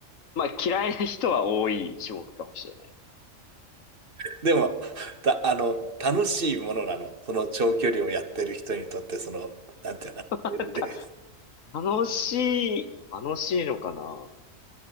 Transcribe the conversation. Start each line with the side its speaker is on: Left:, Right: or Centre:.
Left: まあ嫌いな人は多い種目かもしれない。
Right: <laughs> でも、た、あの、楽しいものなの。その長距離をやってる人にとって、その、なんていうのかな。
Left: <laughs> また
Right: レース
Left: 楽しい、楽しいのかな。